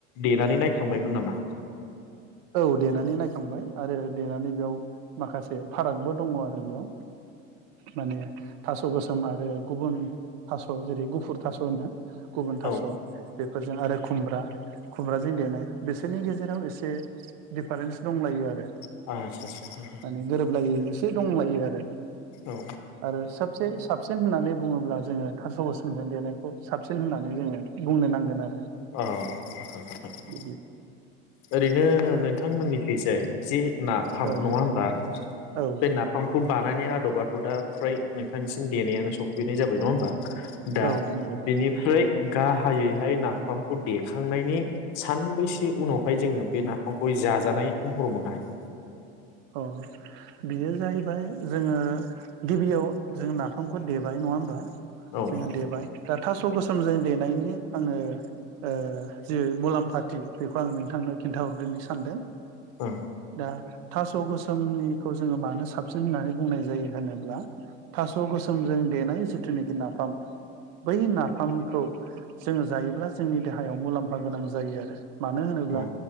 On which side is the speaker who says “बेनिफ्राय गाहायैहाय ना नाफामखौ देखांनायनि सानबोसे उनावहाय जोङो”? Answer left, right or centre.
Left